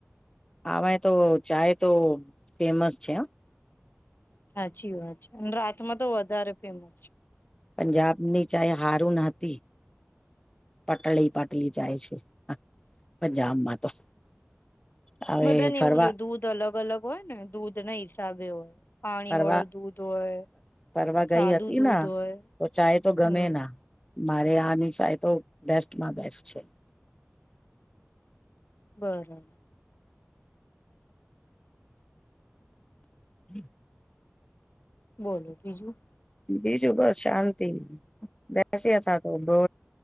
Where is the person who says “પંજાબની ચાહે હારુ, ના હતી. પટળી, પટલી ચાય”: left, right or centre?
Left